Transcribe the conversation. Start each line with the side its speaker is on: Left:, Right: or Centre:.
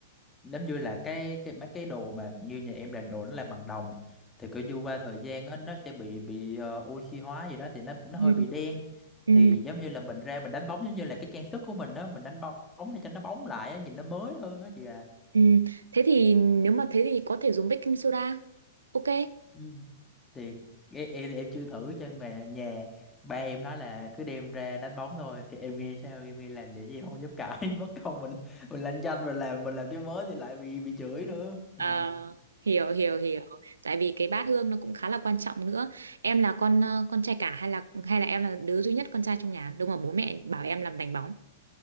Left: giống như là cái cái mấy cái đồ mà như nhà em là đồ nó là bằng đồng thì cứ như qua thời gian á nó sẽ bị bị ờ, oxy hóa gì đó thì nó nó
Right: Ừ.
Left: hơi bị đen
Right: Ừ.
Left: thì giống như là mình ra mình đánh bóng giống như là cái trang sức của mình đó mình đánh bóng để cho nó bóng lại á, nhìn nó mới hơn á chị à
Right: Ừ. Thế thì nếu mà thế thì có thể dùng baking soda. Ok.
Left: ừ. thì em, em em chưa thử cho nhà nhà ba em nói là cứ đem ra đánh bóng thôi thì em nghe sao em nghĩ làm vậy chứ em không dám cãi <laughs> mất công mình mình lanh chanh mình làm mình làm cái mới thì lại bị bị chửi nữa Dạ.
Right: Ờ, hiểu hiểu hiểu tại vì cái bát hương nó cũng khá là quan trọng nữa em là con ờ, con trai cả hay là hay là em là đứa duy nhất con trai trong nhà đúng mà bố mẹ bảo em làm đánh bóng